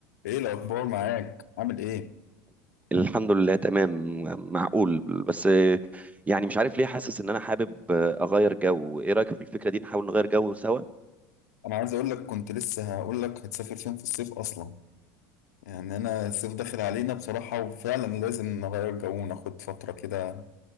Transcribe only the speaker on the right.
الحمد لله تمام معقول بس يعني مش عارف ليه حاسس ان انا حابب اغير جو ايه رايك في الفكره دي نحاول نغير جو سوا